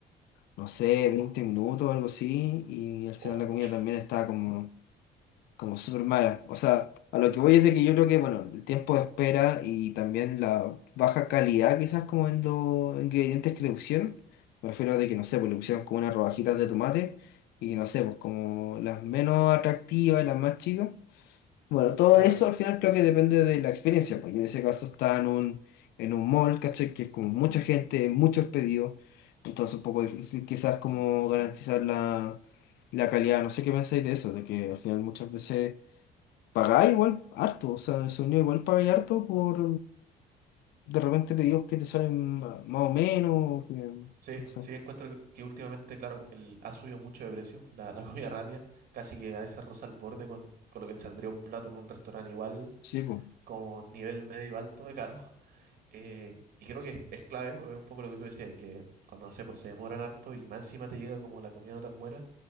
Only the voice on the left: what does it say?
no sé, 20 minutos o algo así. Y al final
la
comida también estaba como como súper mala. O sea, a lo que voy es de que yo creo que, bueno, el tiempo de espera y también la baja calidad quizás como en los ingredientes que le pusieron. Me refiero a de que, no sé, pues le pusieron como unas rodajitas de tomate y no sé, pues como las menos atractivas y las más chicas. Bueno, todo
eso al final creo que depende de la experiencia, porque en ese caso está en un, en un mall, ¿cachai? Que es como mucha gente, muchos pedidos, entonces un poco difícil quizás como garantizar la, la calidad. No sé qué pensáis de eso, de que al final muchas veces pagáis igual harto, o sea, el sonido igual pagáis harto por de repente pedidos que te salen ma- más o menos, o que,
o sea,
sí, pues,